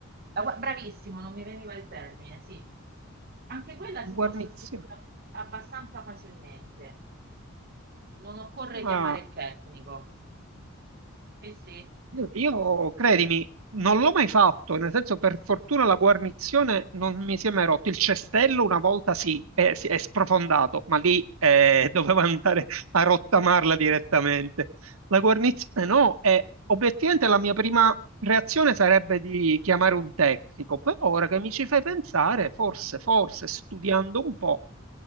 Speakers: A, on the right; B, on the right.
A: la gua- bravissimo, non mi veniva il termine, sì. Anche quella
B: Guarnizione.
A: si può sostituire abbastanza facilmente. Non occorre
B: Ah.
A: chiamare il tecnico. Sì, sì.
B: Io, credimi, non l'ho mai fatto, nel senso per fortuna la guarnizione non mi si è mai rotto. Il cestello una volta sì, è, si è sprofondato, ma lì eh, <laughs> dovevo andare a rottamarla direttamente. La guarnizione no, e obiettivamente la mia prima reazione sarebbe di chiamare un tecnico, però ora che mi ci fai pensare, forse, forse studiando un po'